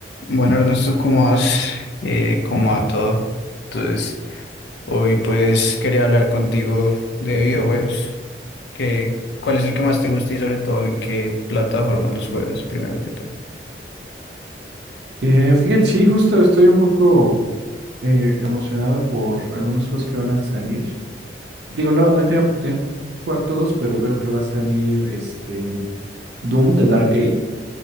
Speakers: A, on the left (about 70°); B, on the right (about 70°).
A: Bueno, Ernesto, ¿cómo vas? Eh, ¿cómo va todo? Entonces, hoy pues quería hablar contigo de videojuegos. ¿Qué, cuál es el que más te gusta y sobre todo en qué plataforma los juegas, primero que todo?
B: Eh, fíjate, sí, justo estoy un poco eh, emocionado por algunos juegos que van a salir. Digo, no, no he tenido oportunidad de jugar todos, pero veo que va a salir este Doom de Dark Age.